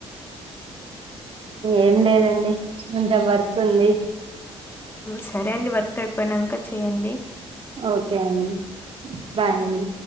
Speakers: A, on the right; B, on the left.
A: ఏం లేదండి కొంచెం వర్క్ ఉంది
B: సరే అండి వర్క్ అయిపోయినాక చెయండి
A: ఓకే అండి బాయ్ అండి